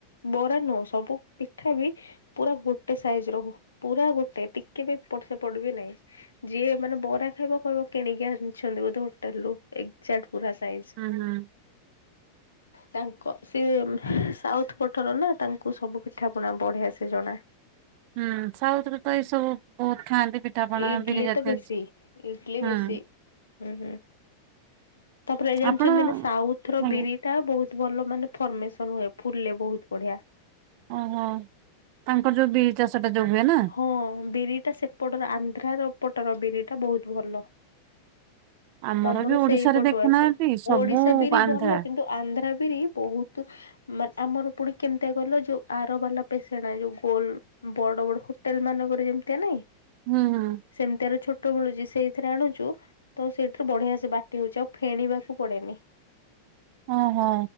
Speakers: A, on the left (about 70°); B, on the right (about 45°).
A: ବରା ନୁହଁ ସବୁ ପିଠା ବି ପୁରା ଗୋଟେ ସାଇଜିରେ ରୁହେ ପୁରା ଗୋଟେ ଟିକେ ବି ଏପଟ ସେପଟ ବି ନାହିଁ। ଯିଏ ମାନେ ବରା ଖାଇବା କହିବ କିଣିକି ଆଣିଛନ୍ତି ବୋଧେ ହୋଟେଲ ରୁ ଏଜାକ୍ଟ ପୁରା ସାଇଜ଼।
B: ହୁଁ ହୁଁ <inaudible>
A: ତାଙ୍କ ସିଏ ସାଉଥ୍ ପଟର ନା ତାଙ୍କୁ ସବୁ ପିଠା ପଣା ବଢିଆସେ ଜଣା।
B: ହୁଁ ସାଉଥରେ ତ ଏଇସବୁ ବହୁତ ଖାଆନ୍ତି ପିଠାପଣା
A: ଇଡଲି
B: ବିରି ଜାତି
A: ତ ବେଶୀ
B: ଜିନିଷ
A: ଇଡଲି
B: ହୁଁ।
A: ବେଶୀ ହୁଁ ହୁଁ ତାପରେ ଏ ଜାଣିଛନ୍ତି
B: ଆପଣ
A: ନା ସାଉଥ୍ ର
B: ଆଜ୍ଞା
A: ବିରି ଟି ବହୁତ ଭଲ ମାନେ ଫ୍ରମେସନ୍ ହୁଏ ଫୁଲେ ବହୁତ ବଢିଆ।
B: ଓହୋ ତାଙ୍କର ଯେଉଁ ବିରି ଚାଷଟା ଯେଉଁ ହୁଏ ନା।
A: ହଁ ବିରିଟା ସେ ଏପଟର ଆନ୍ଧ୍ରାର ଏପଟର ବିରି ଟା ବହୁତ ଭଲ।
B: ଆମର
A: ତମର
B: ବି ଓଡିଶାରେ
A: ସେଇପଟୁ
B: ଦେଖୁନାହାନ୍ତି
A: ଆସେ
B: ସବୁ
A: ଓଡିଶା ବିରି
B: ଆନ୍ଧ୍ରା
A: ଭଲ କିନ୍ତୁ ଆନ୍ଧ୍ର ବିରି ବହୁତ ମାନେ ଆମର ପୁଣି କେମିତିଆ କଇଲ ଯୋଉ ଆର ବାଲା ପେସେଣା ଯୋଉ ଗୋଲ୍ ବଡ଼ ବଡ଼ ହୋଟେଲ ମାନଙ୍କରେ ଯେମିତିଆ ନାଇଁ
B: ହୁଁ ହୁଁ।
A: ସେମିତିଆର ଛୋଟ ମିଳୁଚି ସେଇଥିରେ ଆଣୁଚୁ ଟୁ ତ ସେଇଠୁ ବଢିଆ ସେ ବାଟି ହଉଚି ଆଉ ଫେଣିବାକୁ ପଡ଼େନି।
B: ଓହୋ